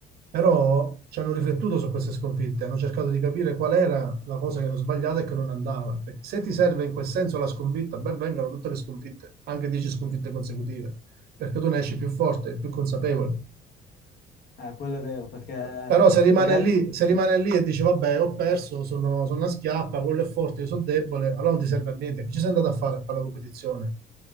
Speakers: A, on the right; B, on the left.
A: Però ci hanno riflettuto su queste sconfitte, hanno cercato di capire qual era la cosa che hanno sbagliato e che non andava. Perché se ti serve in quel senso la sconfitta, ben vengano tutte le sconfitte, anche 10 sconfitte consecutive, perché tu ne esci più forte, più consapevole.
B: eh, quello è vero, perché
A: Però se rimane
B: magari...
A: lì, se rimane
B: Sì.
A: lì e dici vabbè, ho perso, sono, sono una schiappa, quello è forte, io sono debole, allora non ti serve a niente. Che ci sei andato a fare a fare la competizione?